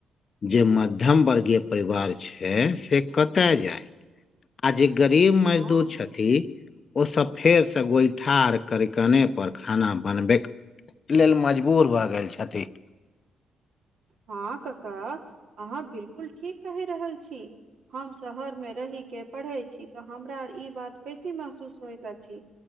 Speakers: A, on the left; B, on the right.
A: जे मध्यम वर्गीय परिवार छै। से कतय जाय आ जे गरीब मजदूर
B: हँ
A: छथि ओ सभ फेर से गोइठा आर कर। दकानेपर खाना बनबै लेलऽ मजबूर भऽ गेल छथि
B: हँ काका अहाँ बिल्कूल ठीक कहि रहल छी हम शहर मे रहि के पढ़े छी। तऽ हमरा आर इ बात बेसी महसूस होयत अछि